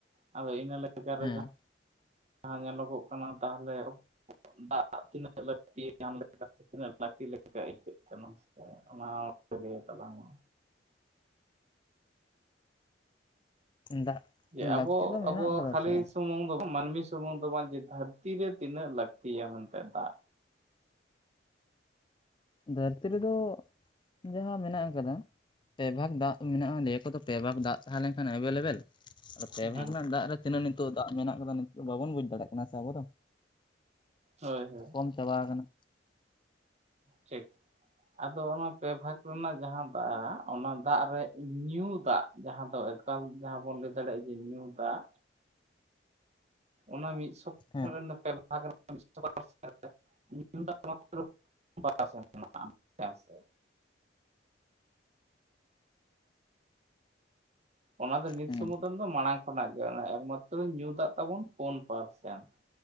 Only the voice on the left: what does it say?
ᱦᱮᱸ
ᱫᱟᱜ᱾
ᱞᱟᱹᱠᱛᱤ ᱫᱚ
ᱢᱮᱱᱟᱜ ᱟᱠᱟᱫᱟ
ᱛᱚ
ᱫᱷᱟᱹᱨᱛᱤ ᱨᱮᱫᱚ᱾ ᱡᱟᱦᱟᱸ ᱢᱮᱱᱟᱜ ᱟᱠᱟᱫᱟ ᱯᱮ ᱵᱷᱟᱜᱽ ᱫᱟᱜ ᱢᱮᱱᱟᱜ-ᱟ ᱞᱮᱭᱟ ᱠᱚ ᱛᱚ ᱯᱮ ᱵᱷᱟᱜᱽ ᱫᱟᱜ ᱛᱟᱦᱮᱸ ᱞᱮᱱ ᱠᱷᱟᱱ ᱮᱵᱮᱞᱮᱵᱮᱞ᱾ ᱟᱫᱚ ᱯᱮ
ᱵᱷᱟᱜᱽ ᱨᱮᱱᱟᱜ ᱫᱟᱜ ᱨᱮ ᱛᱤᱱᱟᱹᱜ ᱱᱤᱛᱚᱜ ᱫᱟᱜ ᱢᱮᱱᱟᱜ ᱠᱟᱫᱟ ᱱᱤᱛᱚᱜ ᱫᱚ ᱵᱟᱵᱚᱱ ᱵᱩᱡᱽ ᱫᱟᱲᱮᱭᱟᱜ ᱠᱟᱱᱟ ᱥᱮ ᱟᱵᱚ ᱫᱚ᱾
ᱠᱚᱢ ᱪᱟᱵᱟ ᱟᱠᱟᱱᱟ᱾
ᱦᱮᱸ
ᱦᱮᱸ